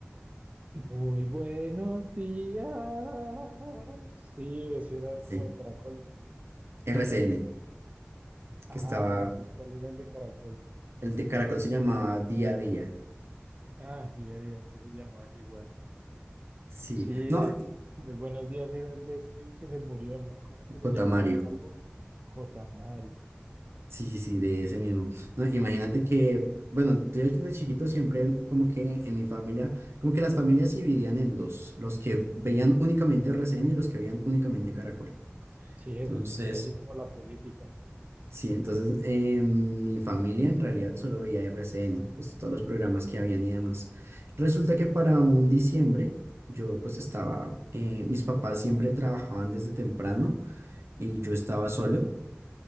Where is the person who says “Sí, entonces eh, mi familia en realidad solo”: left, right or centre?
Right